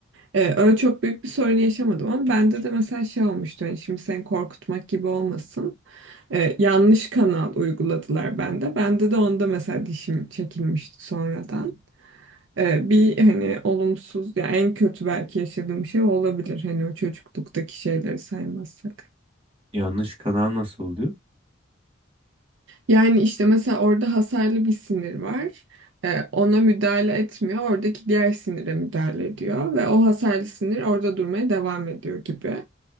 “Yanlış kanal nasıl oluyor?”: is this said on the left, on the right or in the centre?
Right